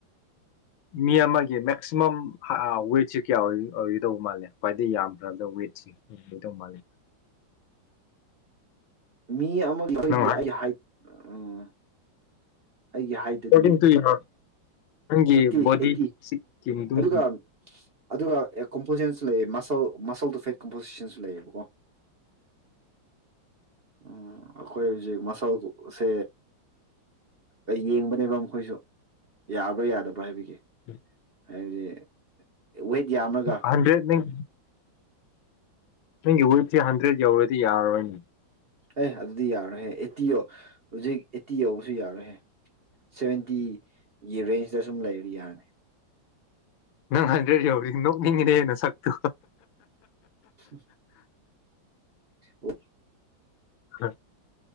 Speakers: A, on the left; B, on the right.
A: ꯃꯤ ꯑꯃꯒꯤ ꯃꯦꯛꯁꯤꯃꯝ ꯋꯦꯠꯁꯤꯦ ꯀꯌꯥ ꯑꯣꯏ ꯑꯣꯏꯒꯣꯏꯗꯧꯕ ꯃꯥꯜꯂꯦ ꯈ꯭ꯋꯥꯏꯗꯗꯒꯤ ꯌꯥꯝꯈ꯭ꯔꯕꯗ ꯋꯦꯠꯁꯦ ꯑꯣꯏꯗꯧꯕ ꯃꯥꯜꯂꯦ
B: ꯃꯤ ꯑꯃꯒꯤ ꯑꯩꯈꯣꯏꯒꯤ
A: ꯅꯪ
B: ꯑꯩ ꯎꯝ ꯑꯩꯒꯤ ꯍꯥꯏꯗꯗꯤ
A: ꯑꯦꯀꯣꯔꯗꯤꯡ ꯇꯨ ꯌꯣꯔ ꯅꯪꯒꯤ
B: ꯑꯦꯠꯇꯤ
A: ꯕꯣꯗꯤ
B: ꯑꯦꯠꯇꯤ
A: ꯁꯤꯛꯀꯤ ꯃꯇꯨꯡ
B: ꯑꯗꯨꯒ ꯑꯗꯨꯒ ꯀꯝꯄꯣꯖꯤꯁꯟꯁꯨ ꯂꯩ ꯃꯁꯜ ꯃꯁꯜꯗꯨꯣ ꯐꯦꯠ ꯀꯝꯄꯣꯖꯤꯁꯟꯁꯨ ꯂꯩꯌꯦꯕꯀꯣ ꯎꯝ ꯑꯩꯈꯣꯏ ꯍꯧꯖꯤꯛ ꯃꯁꯥꯎꯁꯦ ꯌꯦꯡꯕꯅꯦꯕ ꯃꯈꯣꯏꯁꯨ ꯌꯥꯕ꯭ꯔꯥ ꯌꯥꯗꯕ꯭ꯔꯥ ꯍꯥꯏꯕꯒꯤ
A: ꯎꯝ
B: ꯍꯥꯏꯕꯗꯤ ꯋꯦꯠ ꯌꯥꯝꯃꯒ
A: ꯍꯟꯗ꯭ꯔꯦꯠ ꯅꯪ ꯅꯪꯒꯤ ꯋꯤꯠꯁꯦ ꯍꯟꯗ꯭ꯔꯦꯗ ꯌꯧꯔꯗꯤ ꯌꯥꯔꯔꯣꯏꯅꯦ
B: ꯑꯦ ꯑꯗꯨꯗꯤ ꯌꯥꯔꯍꯦ ꯑꯦꯠꯇꯤ ꯌꯧ ꯍꯧꯖꯤꯛ ꯑꯦꯠꯇꯤ ꯌꯧꯕꯁꯨ ꯌꯥꯔꯣꯏꯍꯦ ꯁꯚꯦꯟꯇꯤꯒꯤ ꯔꯦꯟꯖꯇ ꯁꯨꯝ ꯂꯩꯔꯤ ꯌꯥꯔꯅꯤ
A: ꯅꯪ ꯍꯥꯏꯟꯗ꯭ꯔꯗꯤ ꯌꯧꯎꯔꯤ ꯅꯣꯛꯅꯤꯡꯉꯤꯅꯦꯦꯅ ꯁꯛꯇꯨ
B: ꯎ ꯑꯣ
A: ꯎꯝ